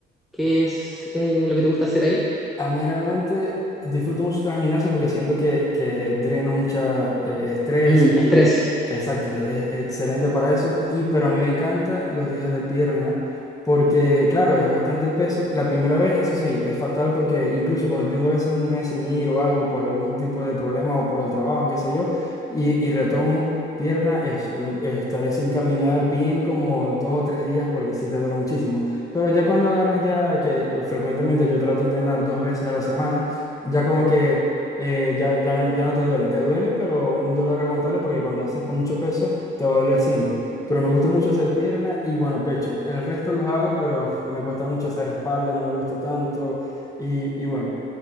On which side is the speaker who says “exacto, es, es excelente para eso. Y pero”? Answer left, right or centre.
Left